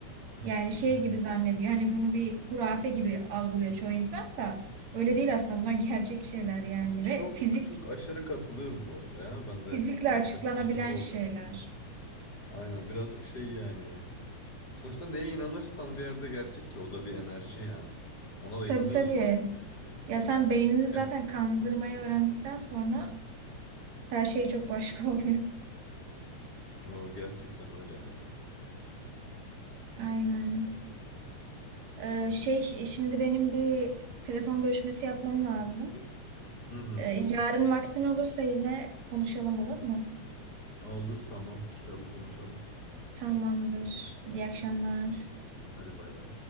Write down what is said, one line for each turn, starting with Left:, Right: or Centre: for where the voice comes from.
Right: Yani
Left: <laughs>
Right: şey gibi zannediyor. Hani bunu bir hurafe gibi algılıyor çoğu insan da. Öyle değil aslında. Bunlar gerçek şeyler yani
Left: Çok
Right: ve fizik
Left: çok aşırı katılıyorum bu arada ya. Ben
Right: fizikle
Left: de manifeste
Right: açıklanabilen
Left: şaka olsun
Right: şeyler.
Left: diye. Aynen birazcık şey yani. Sonuçta neye inanırsan bir yerde gerçek ki o da bir enerji ya. Ona da
Right: Tabii
Left: inanıyorum
Right: tabii.
Left: ben de yani.
Right: Ya sen beynini zaten
Left: Ya.
Right: kandırmayı öğrendikten sonra her şey çok başka <laughs> oluyor.
Left: O gerçekten öyle ya.
Right: Aynen. Ee, şey şimdi benim bir telefon görüşmesi yapmam lazım.
Left: Hı hı.
Right: Ee, yarın vaktin olursa yine konuşalım olur mu?
Left: Olur tamam. Kitabı konuşalım.
Right: Tamamdır. İyi akşamlar.
Left: Hadi bay bay.